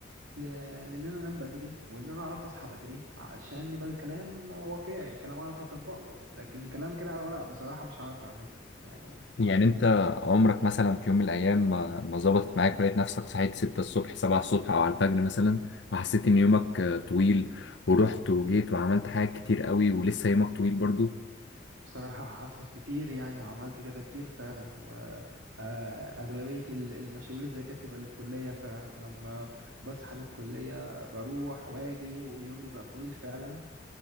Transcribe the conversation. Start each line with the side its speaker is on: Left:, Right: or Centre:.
Right: ل... لان انا انام بدري وان انا اعرف اصحى بدري عشان يبقى الكلام واقعي كلام اعرف اطبقه لكن كلام كده على ورق بصراحة مش هعرف اعمله يعني
Left: يعني انت عمرك مثلا في يوم من الايام ما ما ظبطت معاك ولقيت نفسك صحيت 6 الصبح 7 الصبح او على الفجر مثلا وحسيت ان يومك آه، طويل ورحت وجيت وعملت حاجات كتير قوي ولسه يومك طويل برضو
Right: بصراحة حصل كتير يعني وعملت كده كتير فعلا وأغلبية المشاوير اللي زي كده بتبقى للكلية فعلا لما بصحى للكلية بروح واجي واليوم بيبقى طويل فعلا